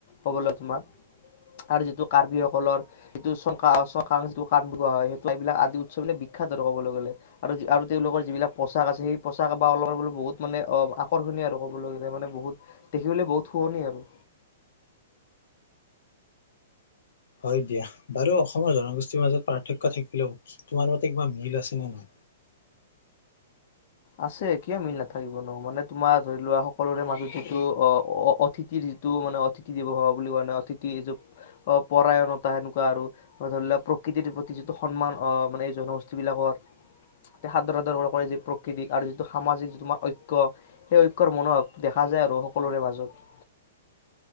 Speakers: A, on the left; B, on the left.
A: ক'বলৈ তোমাৰ আৰু যিটো কাৰ্বি সকলৰ যিটো চ চকাং যিটো কাৰ্বি হয় সেই এইবিলাক আদি উৎসৱবিলাক বিখ্যাত ক'বলৈ গ'লে আৰু আৰু তেওঁলোকৰ যিবিলাক পোচাক আছে সেই পোচাক বা অলংকাৰ বোৰ বহুত মানে আকৰ্ষণীয় আৰু কবলৈ গ'লে মানে বহুত দেখিবলৈ বহুত শুৱনি আৰু
B: হয় দিয়া বাৰু অসমৰ জনগোষ্ঠীৰ মাজত পাৰ্থক্য থাকিলেও তোমাৰ মতে কিবা মিল আছে নে নাই?
A: আছে কিয় মিল নাথাকিব নু মানে তোমাৰ ধৰি লোৱা সকলোৰে মাজত যিটো অহ অতিথিৰ যিটো মানে অতিথি দেৱ ভাবা বুলি কোৱা নহ অতিথি এইটো পৰায়নতা সেনেকুৱা আৰু ধৰি লোৱা প্ৰকৃতিৰ প্ৰতি যিটো সন্মান অহ মানে এই জনগোষ্ঠী বিলাকৰ সাদৰ‌ সাদৰ‌ কৰে যে প্ৰাকৃতিক আৰু যিটো সামাজিক যিটো তোমাৰ ঐক্য সেই ঐক্যৰ মনোভাৱ দেখা যায় আৰু সকলোৰে মাজত